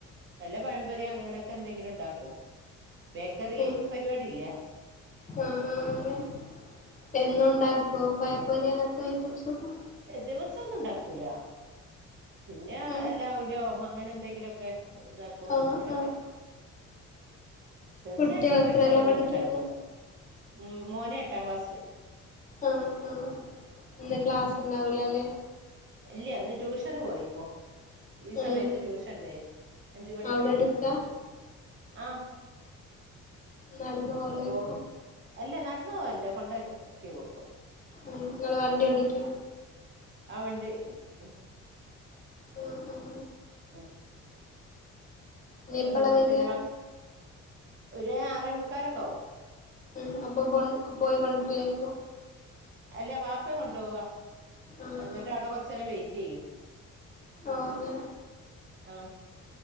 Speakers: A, on the right; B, on the left.
A: വെല്ല പഴംപൊരിയോ അങ്ങനെക്കെ ന്തെങ്കിലും ണ്ടാക്കും. ബേക്കറി
B: ഉം
A: പരിപാടി ഇല്ല.
B: ആഹ് ആഹ് അങ്ങനെ എന്നും ണ്ടാക്കോ പഴംപൊരി അങ്ങൻത്തെ ഐറ്റംസ് ഒക്കെ?
A: ദിവസം ഒന്നും ണ്ടാക്കൂല പിന്നെ
B: ഉം
A: എല്ല അവലോ അങ്ങനെ എന്തെങ്കിലും ക്കെ ഇതാക്കും
B: ആഹ്
A: അങ്ങനെക്കെ
B: ആഹ്
A: ദിവസം
B: കുട്ടികള്
A: എണ്ണേ പൊര്ച്ച
B: എത്രേലാ
A: അങ്ങനെ
B: പഠിക്കുന്നെ
A: ഒന്നും ണ്ടാക്കൂല്ല മ് മോനേ എട്ടാം ക്ലാസ്സില്
B: ആഹ് ആഹ് ഇന്ന് ക്ലാസ്സ് ണ്ടാവുലേല്ലേ?
A: ഇല്ല്യ ഇന്ന് ട്യൂഷന് പോയി ഇപ്പോ. ഈ
B: ഉം
A: സമയത്ത് ട്യൂഷൻ ണ്ടായി അഞ്ച് മണിക്ക്
B: അവിടെ അടുത്താ
A: ആഹ്.
B: ന്നട്ന്ന് പോലെക്കും?
A: അപ്പൊ അല്ല ന്നട്ന്ന് പോവാല്ല കൊണ്ടാക്കി കൊട്ക്കും.
B: ഉം ഇങ്ങള് വണ്ടി ഓടിക്കോ?
A: ആഹ് വണ്ടി ഉം ഉം
B: ഉം ഉം
A: ഉം
B: ഇനി എപ്പളാ
A: ഉം
B: വരാ
A: പിന്നെ മ ഒര് ആറേ മുക്കാലൊക്കെ ആവും.
B: ഉം അപ്പ കൊൻ പോയി കൊണ്ടര്ലേക്കും?
A: അല്ലെ വാപ്പേ കൊണ്ടോവാ
B: ആഹ്
A: എന്നിട്ട്
B: ആഹ്
A: അഒടെ കൊർച്ചേരം വെയിറ്റ് യ്യും.
B: ആഹ് അങ്ങനെ
A: ഹലോ?